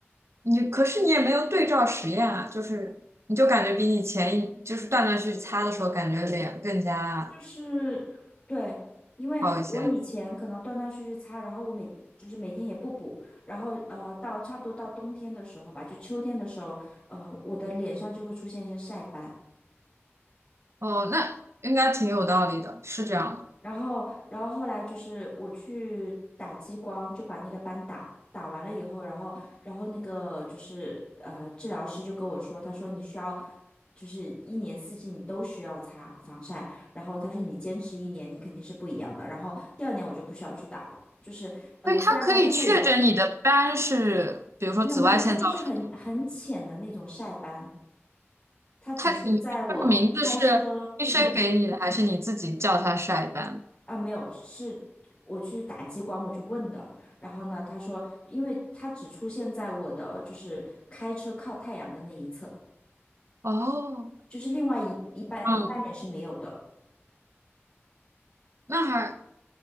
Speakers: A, on the right; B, on the left.
A: 你可是你也没有对照实验啊，就是你就感觉比你前一就是断断续续擦的时候，感觉脸更加
B: 就是对，因为我以前可能断断续续擦，
A: 好一些。
B: 然后我每就是每天也不补，然后呃，到差不多到冬天的时候吧，就秋天的时候，呃，我的脸上就会出现一些晒斑。
A: 哦，那应该挺有道理的，是这样的。
B: 然后，然后后来就是我去打激光，就把那个斑打打完了以后，然后，然后那个就是呃，治疗师就跟我说，他说你需要，就是一年四季你都需要擦防晒，然后他说你坚持一年，你肯定是不一样的。然后第二年我就不需要去打了，就是呃，
A: 所以它可以确诊你的斑是，
B: 虽然还是会有，
A: 比如说紫外线造成的。
B: 没有没有，它就是很很浅的那种晒斑，它只是在我开车，
A: 它你这个名字是医生给你的，
B: 嗯，
A: 还是你自己叫它晒斑？
B: 啊，没有，是我去打激光，我就问的。然后呢，他说，因为它只出现在我的就是开车靠太阳的那一侧，
A: 哦，
B: 就是另外一一半一半脸是没有的。
A: 嗯，那还